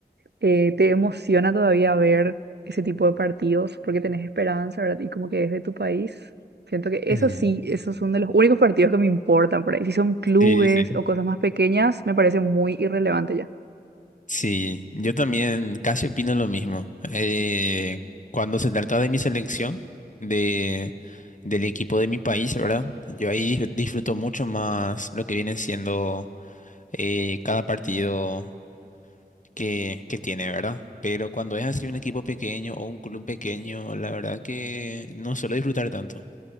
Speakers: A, on the right; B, on the left.
A: eh, te emociona todavía ver ese tipo de partidos, porque tenés esperanza, ¿verdad? Y como que es de tu país. Siento que eso
B: Mm,
A: sí, esos son de los únicos partidos que me importan por ahí. Si son clubes
B: Sí, sí.
A: o cosas más pequeñas, me parece muy irrelevante ya.
B: Sí, yo también casi opino lo mismo. Eh, cuando se trata de mi selección, de, del equipo de mi país, ¿verdad? Yo ahí dif- disfruto mucho más lo que viene siendo eh, cada partido que, que tiene, ¿verdad? Pero cuando es así un equipo pequeño o un club pequeño, la verdad que no suelo disfrutar tanto.